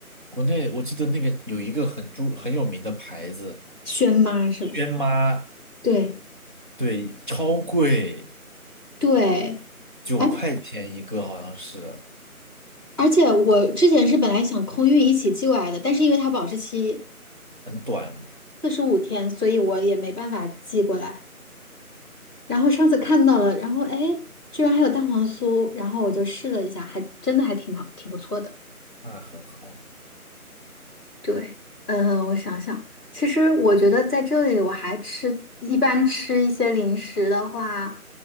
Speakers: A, on the right; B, on the right.
A: 国内我记得那个有一个很著很有名的牌子，
B: 轩妈是不是？
A: 轩妈，
B: 对
A: 对，超贵，
B: 对，
A: 九块钱一个好像是，
B: 而且而且我之前是本来想空运一起寄过来的，但是因为它保质期
A: 很短，
B: 四十五天，所以我也没办法寄过来。然后上次看到了，然后哎，居然还有蛋黄酥，然后我就试了一下，还真的还挺好，挺不错的。
A: 那很好。
B: 对，嗯，我想想，其实我觉得在这里我还吃，一般吃一些零食的话，